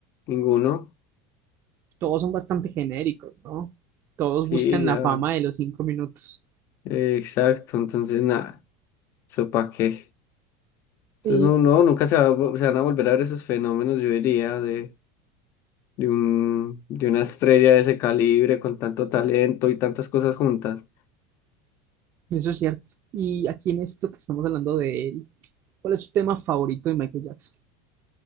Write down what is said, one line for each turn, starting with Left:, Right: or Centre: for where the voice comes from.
Left: ninguno.
Right: Todos son bastante genéricos, ¿no? Todos
Left: Sí,
Right: buscan la
Left: ya,
Right: fama de los cinco minutos.
Left: eh, exacto, entonces nada, eso para qué.
Right: Y
Left: Entonces no, no, nunca se, va a vo- se van a volver a ver esos fenómenos, yo diría, de, de un, de una estrella de ese calibre con tanto talento y tantas cosas juntas.
Right: Eso es cierto. Y aquí en esto que estamos hablando de él, ¿cuál es su tema favorito de Michael Jackson?